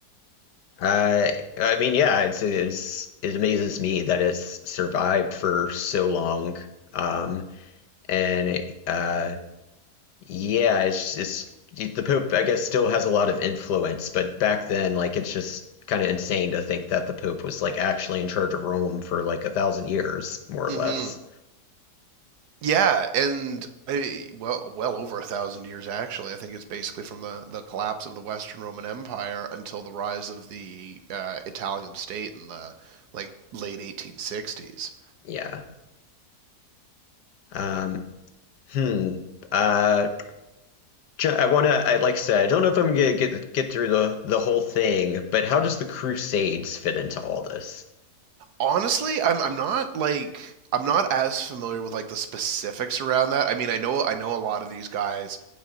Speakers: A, on the left; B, on the right.
A: Uh, I mean, yeah, it's, it's it amazes me that it's survived for so long. Um, and uh, Yeah, it's it's the Pope, I guess, still has a lot of influence, but back then, like, it's just kind of insane to think that the Pope was like actually in charge of Rome for like a thousand years, more or
B: Mm-hmm.
A: less.
B: Yeah, and I, well, well over a thousand years actually. I think it's basically from the the collapse of the Western Roman Empire until the rise of the uh, Italian state in the like late 1860s.
A: Yeah. Um, hmm. Uh, Ju- I wanna, I like I said, I don't know if I'm gonna get get through the the whole thing, but how does the Crusades fit into all this?
B: Honestly, I'm I'm not like I'm not as familiar with like the specifics around that. I mean, I know I know a lot of these guys